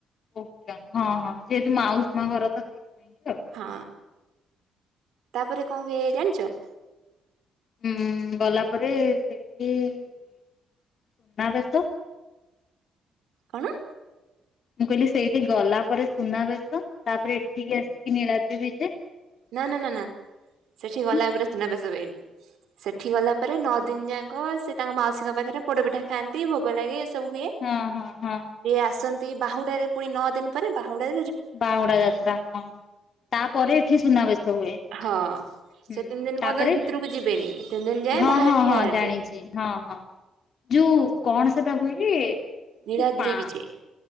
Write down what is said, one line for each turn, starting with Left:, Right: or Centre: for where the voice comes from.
Left: କହୁଛ ହଁ ହଁ ଯେହେତୁ ମାଉସୀ ମା ଘର ତ। ପାଇଁକି ଆଉ।
Right: ହଁ ତାପରେ କଣ କିଏ ଜାଣିଛ?।
Left: ହୁଁ ଗଲା ପରେ ସେଇଠି ସୁନାବେେଶ।
Right: କଣ?।
Left: ମୁଁ କହିଲି ସେଇଠି ଗଲା ପରେ ସୁନାବେେଶ ତାପରେ ଏଠିକି ଆସିକି ନୀଳାଦ୍ରି ବିଜେ।
Right: ନା ନା ନା ନା ସେଠି
Left: ଆଉ
Right: ଗଲା ପରେ ସୁନାବେେଶ ହୁଏନି। ସେଠି ଗଲା ପରେ ନଅ ଦିନ ଯାକ ସେ ତାଙ୍କ ମାଉସୀଙ୍କ ପାଖରେ ପୋଡ ପିଠା ଖାଆନ୍ତି ଭୋଗ ଲାଗେ ଏସବୁ ହୁଏ।
Left: ହଁ ହଁ ହଁ।
Right: ଆସନ୍ତି ବାହୁଡାରେ ପୁଣି ନଅ ଦିନ ପରେ ବାହୁଡା।
Left: ବାହୁଡା ଯାତ୍ରା ହଁ ତାପରେ ଏଠି ସୁନାବେଶ ହୁଏ।
Right: ହଁ ସେ
Left: ହୁଁ
Right: ତିନି ଦିନ
Left: ତାପରେ
Right: ପର୍ ଭିତରକୁ ଯିବେନି ତିନି ଦିନ ଯାଏ
Left: ହଁ
Right: ବାହାରେ
Left: ହଁ
Right: ଠିଆ
Left: ହଁ
Right: ହେବେ।
Left: ଜାଣିଛି। ହଁ ହଁ ଯୋଉ କଣ ସେଟା ହୁଏ?। ଯୂପ।
Right: ନୀଳାଦ୍ରି ବିଜେ।